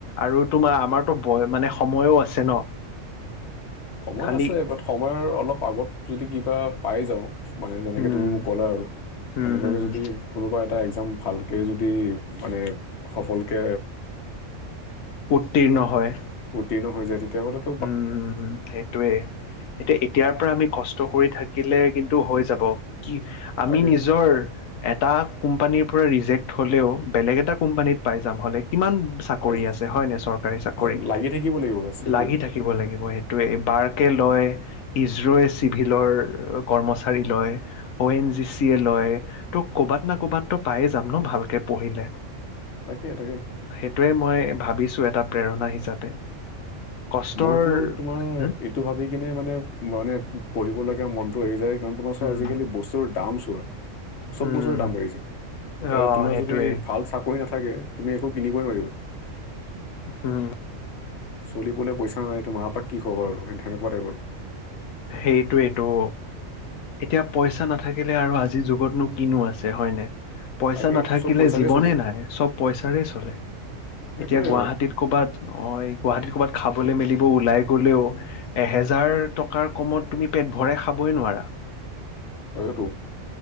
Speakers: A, on the left; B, on the left.
A: আৰু তোমাৰ আমাৰতো বয় মানে সময়ো আছে ন
B: সময়
A: খালি
B: আছে বাট সময়ৰ অলপ আগত যদি কিবা পাই যাওঁ মানে যেনেকে
A: উম
B: তুমি মোক ক'লা আৰু
A: হম
B: সেনেকুৱাকে
A: হম
B: যদি কোনোবা এটা একজাম ভাল ভালকে যদি মানে সফলকৈ
A: উত্তীৰ্ণ হয়।
B: উত্তীৰ্ণ হৈ যায় তেতিয়াহলত
A: উম উম হুম সেই এতিয়া এতিয়াৰ পৰা আমি কষ্ট কৰি থাকিলে কিন্তু হৈ যাব কি আমি
B: তাকে
A: নিজৰ এটা কোম্পানীৰ পৰা ৰিজেক্ট হ'লেও বেলেগ এটা কোম্পানীত পাই যাম হ'লে। কিমান চাকৰি
B: পাই যাম
A: আছে হয় ন চৰকাৰী চাকৰি
B: এটা লাগি থাকিব লাগিব বাচ সেইটোৱে
A: লাগি থাকে থখিব লাগিব সেইটোৱে বাৰকে লয় ইজৰয়ে চিভিলৰ কৰ্মচাৰী লয় অ' এন জি চি এ লয় ত' কৰ'ৰবাত না ক'ৰবাত তো পায়ে যাম ন ভালকে পঢ়িলে
B: তাকেই তাকে
A: সেইটোৱে মই ভাবিছো এটা প্ৰেৰণা হিচাপে কষ্টৰ
B: মোৰতো তোমাৰ
A: হুম
B: এইটো ভাবি কিনে মানে মানে পঢ়িব লগগীয়া মন ি যায় কাৰণ তোমাৰ
A: হুম
B: ও আজিকালি বস্তুৰ দাম চোৱা চব
A: হুম
B: বস্তুৰ দাম বাঢ়ি যায় এতিয়া
A: অ'
B: তোমাৰ
A: সেইটোৱে
B: যদি ভাল চাকৰি নাথাকে তুমি একো কিনিবই নোৱাৰিবা
A: হম
B: চলিবলৈ পইচা নাই তো মাৰাপাক কি খব আৰু তে তেনেকুৱ াই ব আৰু
A: সেইটোৱটো এতিয়া পইচা নাথাকিলে আৰু আজিৰ যুগতনো কিনো আছে হয়নে পইচা
B: তাকেই
A: নাথাকিলে
B: চব পইচাৰে
A: জীৱনে
B: চলে
A: নাই চব পইচাৰে চলে
B: সেইটোৱে
A: এতিয়া গুৱাহাটীত
B: আৰু
A: ক'ৰবাত গুৱাহাটীত ক'ৰবাত খাবলৈ মেলিব ওলাই গ'লেও এহেজাৰ টকাৰ কমত তুমি পেট ভৰাই খাবই নোৱাৰা
B: হয়তো